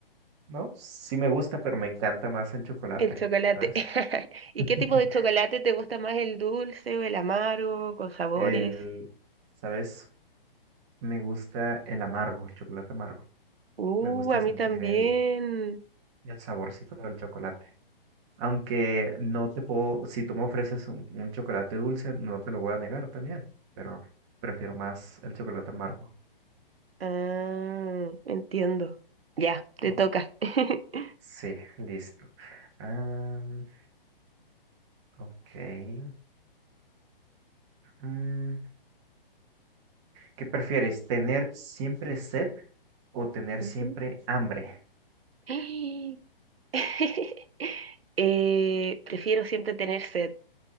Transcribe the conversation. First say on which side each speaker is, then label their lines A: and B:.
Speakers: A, on the right; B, on the right.
A: ¿no? Sí me gusta, pero me encanta más el chocolate,
B: El chocolate.
A: ¿sabes?
B: <laughs> ¿Y
A: <laughs>
B: qué tipo de chocolate te gusta más, el dulce o el amargo, con sabores?
A: El, ¿sabes? Me gusta el amargo, el chocolate amargo.
B: Uh,
A: Me gusta
B: a
A: sentir
B: mí también.
A: el, el saborcito del chocolate. Aunque no te puedo, si tú me ofreces un, un chocolate dulce, no te lo voy a negar también, pero prefiero más el chocolate amargo.
B: Ah, entiendo. Ya, te
A: Ok,
B: toca. <laughs>
A: Sí, listo. Am, ok. Mm, mm. mm. ¿Qué prefieres? ¿Tener siempre sed o tener
B: Ujú.
A: siempre hambre?
B: <gasps> <laughs> Eh, prefiero siempre tener sed.